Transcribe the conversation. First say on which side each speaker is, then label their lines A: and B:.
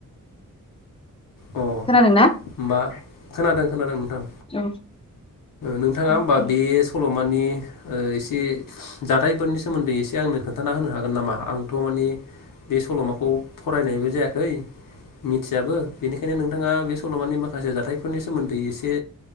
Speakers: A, on the left (about 85°); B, on the left (about 20°).
A: अ
B: खोनादोंना
A: होमबा खोनादों खोनादों नोंथां।
B: औ
A: नोंथाङा
B: उम
A: होमबा
B: उम
A: बे सल' मानि एसे जाथायफोरनि सोमोन्दै एसे आंनो खोन्थाना होनो हागोन नामा? आंथ' मानि बे सल'माखौ फरायनायबो जायाखै मिथियाबो। बेनिखायनो नोंथाङा बे सल'मानि माखासे जाथायफोरनि सोमोन्दै एसे